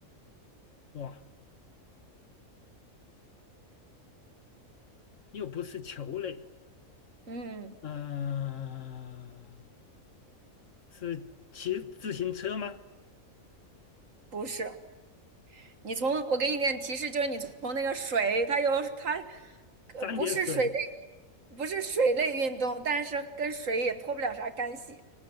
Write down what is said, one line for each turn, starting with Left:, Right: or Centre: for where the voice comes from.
Left: 哇，又不是球类，
Right: 嗯，
Left: 呃，是骑自行车吗？
Right: 不是。你从我给你点提示，就是你从那个水，它有它，呃，
Left: 沾点水，
Right: 不是水类，不是水类运动，但是跟水也脱不了啥干系。